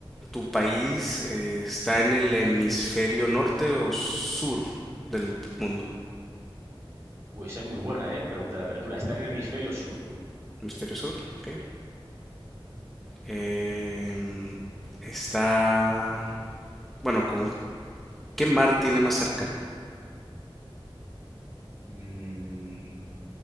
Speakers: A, in the centre; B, on the right.
A: ¿Tu país eh, está en el hemisferio norte o sur del mundo?
B: Uy, esa es muy buena, ¿eh? Pregunta de apertura. Está en el hemisferio sur.
A: Hemisferio sur, ok. Em, está, bueno, ¿con qué mar tiene más cercano?
B: Mm,